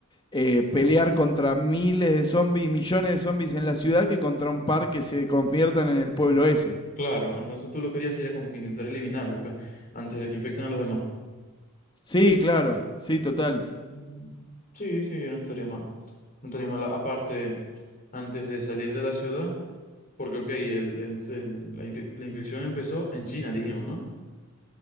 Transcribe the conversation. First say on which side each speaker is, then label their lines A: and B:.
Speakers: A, on the left; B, on the left.
A: eh, pelear contra miles de zombies, millones de zombies en la ciudad que contra un par que se conviertan en el pueblo ese.
B: Claro, entonces tú lo que harías sería como que intentar eliminarlos, pe, antes de que infecten a los demás.
A: Sí, claro, sí, total.
B: Mm, mm, Sí, sí, no estaría mal. No estaría mal. Aparte, antes de salir de la ciudad, porque, ok, el, el, el- la, infe- la infección empezó en China, dijimos, ¿no?